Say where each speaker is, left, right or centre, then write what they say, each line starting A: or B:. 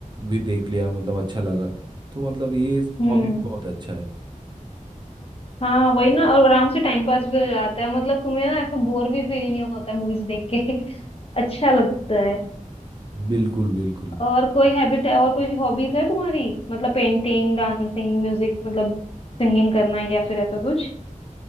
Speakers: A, on the right (about 35°); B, on the left (about 45°).
A: भी देख लिया मतलब अच्छा लगा तो मतलब ये
B: हम्म
A: हॉबी भी बहुत अच्छा है
B: हाँ वही ना और आराम से टाइम पास भी हो जाता है मतलब तुम्हें ना ऐसा बोर भी फील नहीं होता है मूवीज देख के <laughs> अच्छा लगता है
A: बिल्कुल बिल्कुल
B: और कोई हैबिट है और कोई हॉबीज है तुम्हारी मतलब पेंटिंग डांसिंग म्यूजिक मतलब सिंगिंग करना या फिर ऐसा कुछ